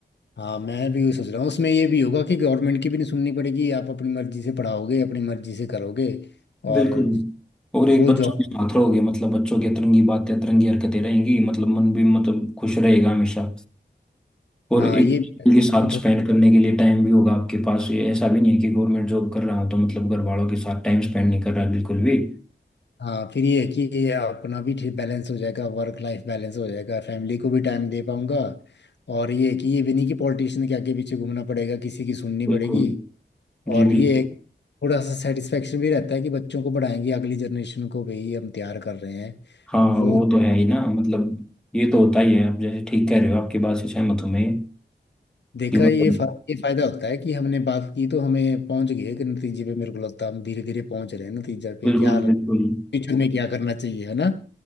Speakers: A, on the left; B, in the centre.
A: हाँ मैं भी वही सोच रहा हूँ उसमें ये भी होगा कि गवर्नमेंट की भी नहीं सुननी पड़ेगी आप अपनी मर्जी से पढ़ाओगे अपनी मर्जी से करोगे
B: बिल्कुल
A: और
B: और एक
A: वो
B: बच्चों
A: जॉब
B: के साथ रहोगे मतलब बच्चों की अतरंगी बातें अतरंगी हरकतें रहेंगी मतलब मन भी मतलब खुश रहेगा हमेशा और
A: हाँ
B: एक
A: ये
B: बच्चे
A: भी है कि
B: के साथ स्पेंड
A: थोड़ा
B: करने के लिए टाइम भी होगा आपके पास ये ऐसा भी नहीं है कि गवर्नमेंट जॉब कर रहा हूँ तो मतलब घर वालों के साथ टाइम स्पेंड नहीं कर रहा बिल्कुल भी
A: हाँ फिर ये है कि ये अपना भी ठीक बैलेंस हो जाएगा वर्क लाइफ बैलेंस हो जाएगा फैमिली को भी टाइम दे पाऊंगा और ये है कि ये भी नहीं कि पॉलिटिशियन के आगे पीछे घूमना पड़ेगा किसी की सुननी पड़ेगी
B: बिल्कुल जी
A: और
B: बिल्कुल
A: ये है कि थोड़ा सा सेटिस्फेक्शन भी रहता है कि बच्चों को पढ़ाएंगे अगली जनरेशन को भी हम तैयार कर रहे हैं
B: हाँ
A: वो
B: वो तो है ही ना मतलब ये तो होता ही है आप जैसे ठीक कह रहे हो आपकी बात से सहमत हूँ मैं
A: देखा
B: कि मतलब
A: ये फा, ये फायदा होता है कि हमने बात की तो हमें पहुंच गए कि नतीजे पे मेरे को लगता है हम धीरे धीरे पहुंच रहे हैं नतीजे पे
B: बिल्कुल
A: क्या फ्यूचर
B: बिल्कुल
A: में क्या करना चाहिए है ना